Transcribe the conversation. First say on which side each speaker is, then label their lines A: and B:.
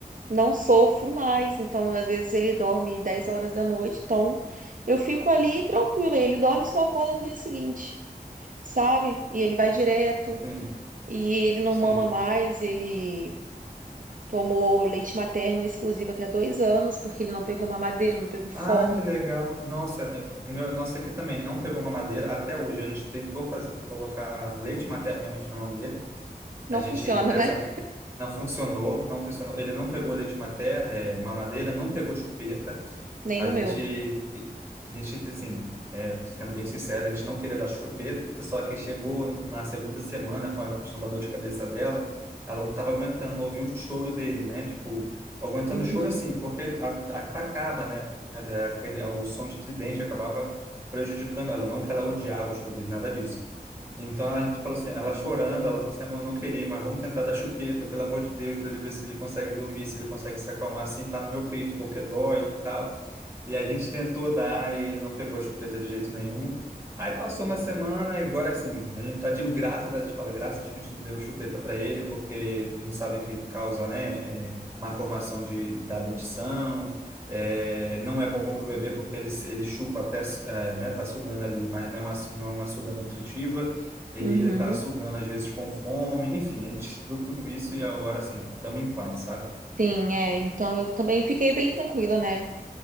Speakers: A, on the right; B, on the right.
A: Não sofro mais, então às vezes ele dorme 10 horas da noite, então eu fico ali tranquila. e Ele dorme e só acorda no dia seguinte, sabe? E ele vai direto,
B: sim,
A: e ele não
B: sim.
A: mama mais, ele tomou leite materno exclusivo até dois anos, porque ele não pegou mamadeira, não pegou forno.
B: Ah, que legal. Nossa, é- é meu, nossa aqui também não pegou uma madeira até hoje. A gente tentou fazer, colocar leite materno realmente na madeira.
A: Não
B: A gente
A: funciona,
B: preza,
A: né?
B: não funcionou, não funcionou. Ele não pegou leite materno, é, mamadeira, não pegou chupeta.
A: Nem
B: A
A: o
B: gente,
A: meu.
B: a gente assim, é, sendo bem sincero, a gente não queria dar chupeta, só que chegou na segunda semana com a questão da dor de cabeça dela, ela não estava aguentando ouvir o choro dele, né? Tipo, aguentando
A: Uhum,
B: o choro assim, porque a- atacava, né? Aquele, o som de tridente acabava prejudicando ela, não que ela odiava o choro dele, nada disso. Então a gente falou assim, ela chorando, ela falou assim, amor, não queria, mas vamos tentar dar chupeta, pelo amor de Deus, para ele ver se ele consegue dormir, se ele consegue se acalmar, assim, tá no meu peito, porque dói e tal. E a gente tentou dar e ele não pegou a chupeta de jeito nenhum. Aí passou uma semana e agora assim, a gente tá de graça, a gente fala graças a Deus que a gente não deu chupeta para ele, porque a gente sabe que causa, né, é, má formação de, da dentição, é, não é bom para o bebê porque ele, ele chupa até, é, né, tá sugando ali, mas não é uma, não é uma suga nutritiva, e
A: uhum.
B: ele tá sugando às vezes com fome, enfim, a gente estudou tudo isso e agora assim, estamos em paz, sabe?
A: Sim, é. Então eu também fiquei bem tranquila, né?